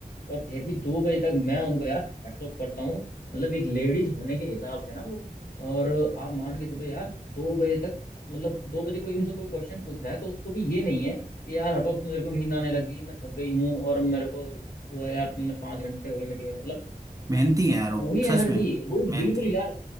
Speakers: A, on the left; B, on the right.
A: और फिर भी दो बजे तक मैं उनको यार हैट्स ऑफ करता हूँ मतलब एक लेडीज होने के हिसाब से ना वो और आप मान के चलो यार दो बजे तक मतलब दो बजे कोई उनसे कोई क्वेश्चन पूछ रहा है तो उसको भी ये नहीं है कि यार हटो अब तो मेरे को नींद आने लगी मैं थक गई हूँ और मेरे को वो है यार तुमने पाँच घंटे हो गए मीटिंग में मतलब
B: मेहनती है यार वो
A: वही
B: सच
A: एनर्जी
B: में
A: वही
B: मेहनती
A: बिल्कुल यार